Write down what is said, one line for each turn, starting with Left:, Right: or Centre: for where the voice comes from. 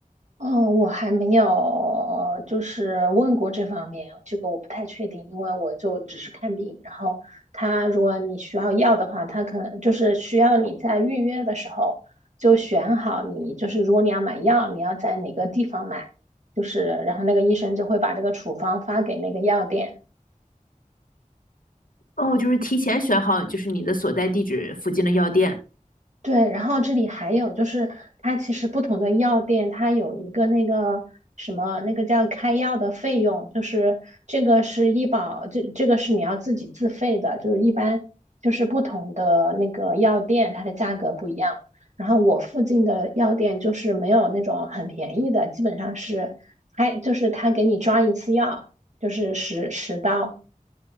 Right: 嗯，我还没有就是问过这方面，这个我不太确定，因为我就只是看病。然后他如果你需要药的话，他可能就是需要你在预约的时候就选好你，就是如果你要买药，你要在哪个地方买，就是然后那个医生就会把这个处方发给那个药店。
Left: 哦，就是提前选好就是你的所在地址附近的药店
Right: 对，然后这里还有就是，它其实不同的药店，它有一个那个什么，那个叫开药的费用，就是这个是医保，这这个是你要自己自费的，就是一般就是不同的那个药店，它的价格不一样。然后我附近的药店就是没有那种很便宜的，基本上是开，就是他给你抓一次药，就是十十刀，